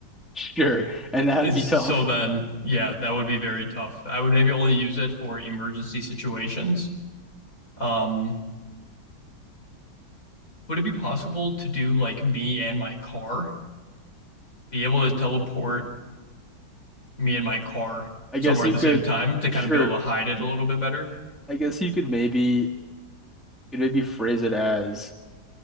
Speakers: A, in the centre; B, on the left (about 50°).
A: Sure, and that'd
B: It's,
A: be
B: so
A: tough.
B: then, yeah, that would be very tough. I would maybe only use it for emergency situations. Um, would it be possible to do like me and my car? Be able to teleport me and my car
A: I
B: somewhere
A: guess you
B: at the
A: could,
B: same time to
A: sure.
B: kind of be able to hide it a little bit better.
A: I guess you could maybe you could maybe phrase it as